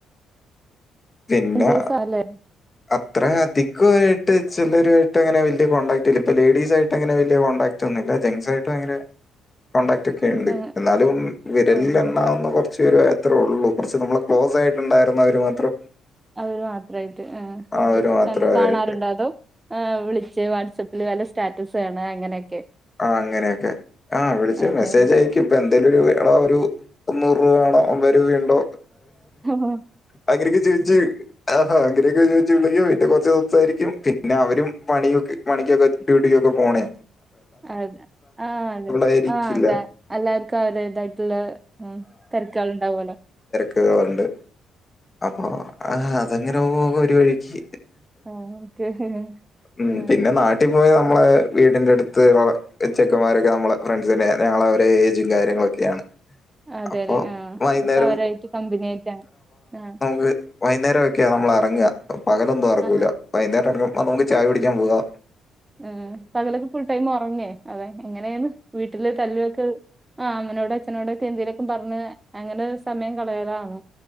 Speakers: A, on the left; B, on the right.
A: പിന്നെ
B: ചേഴ്സ് ആല്ലേ
A: അത്രത്തി ക്കുയിട്ട് ചിലരായിട്ടങ്ങനെ വല്യ കോണ്ടാക്ട് ഇല്ല ഇപ്പ ലേഡീസ് ആയിട്ട് അങ്ങനെ വലിയ കോണ്ടടാക്ട് ഒന്നുമില്ല ജെൻറ്സായിട്ടും അങ്ങനെ കോൺടാക്ട് ഒക്കെ ഉണ്ട്
B: ആ
A: എന്നാലും വിരലിലെണ്ണാവുന്ന
B: ആ ആ ആ.
A: കൊറ ച്ച് പേര് അത്രേ ഉള്ളൂ കുറച്ച് നമ്മള് ക്ലോസ് ആയിട്ടുണ്ടായിരുന്നവർ മാത്രം
B: അവര് മാത്രമായിട്ട് ഏ
A: അവർ മാത്രമായിട്ട്
B: കാണാറുണ്ടോ അതോ വിളിച്ച് വാട്സആപ്പ് ല് വല്ല സ്റ്റാറ്റസ് ആണ് അങ്ങനെയൊക്കെ
A: ആ അങ്ങനെയൊക്കെ ആഹ വിളിച്ച്
B: അതെ
A: മെസ്സേജ്
B: അല്ലെ
A: അയക്കും ഇപ്പൊ എന്തേലും എടാ ഒരു മുന്നൂറ് രൂപ വാണോ ഓ രൂപണ്ടോ
B: ഓ
A: അങ്ങനെയൊക്കെ ചേഞ്ച്‌ ചെയ്യും ആ ആഹ് അനെയൊക്കെ ചോദിച്ചിട്ടുള്ളോ കുറച്ച് സംസാരിക്കും പിന്നെ അവരും പണിയെ പണിക്കൊക്കെ ഡ്യൂട്ടി ക്കൊക്കെ പോണല്ലേ
B: അതെ ആഹ അതെ
A: ആയിരിക്കില്ല.
B: ആഹ അതെ എല്ലാവർക്കും അവരുതായിട്ടുള്ള തിരക്കേള് ഉണ്ടാവല്ലോ
A: ക്കേലുണ്ട് അപ്പൊ ആ ഹാ അങ്ങനോ ഒരു വഴിക്ക്
B: ആ ഓക്കെ
A: ഉം
B: ആ
A: പിന്നെ നാട്ടിൽ പോയാ നമ്മളെ വീടിന്റെ അടുത്ത് വ ള ചെ ക്കന്മാരൊക്കെ നമ്മളെ ഫ്രണ്ട്സിന്റെ ഞങ്ങള അവരുടെ ഏജും കാര്യങ്ങളൊക്കെയാണ്
B: അതെ
A: അപ്പൊ
B: അതെ ആ
A: വൈകുന്നേരം
B: അപ്പൊ അവരായിട്ട് കമ്പനിയായിട്ടാണ് ആ
A: വര്‌ വൈന്നേരം ഒക്കെ നമ്മൾ അ റങ്ങ പകലൊന്നും അ റങ്ങൂലാ
B: ആ
A: വൈന്നേരം അറങ്ങി കൊ ണ്ട് ചായ കു ടിക്കാൻ പോവാ
B: ഏ പകലൊക്കെ ഫുൾടൈം ഒറങ്ങേ അതെ എങ്ങനെയന്ന് വീട്ടില് തല്ലുവൊക്കെ ആ അമ്മനോട് അച്ഛനോട് ഒക്കെ എന്തേലൊക്കെ പറഞ്ഞ് അങ്ങനെ ഒരു സമയം കളയാറാണോ